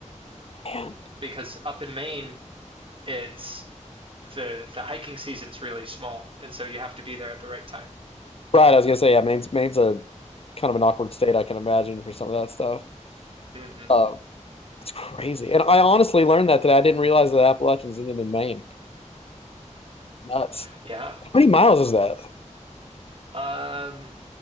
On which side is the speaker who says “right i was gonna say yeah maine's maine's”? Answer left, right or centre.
Left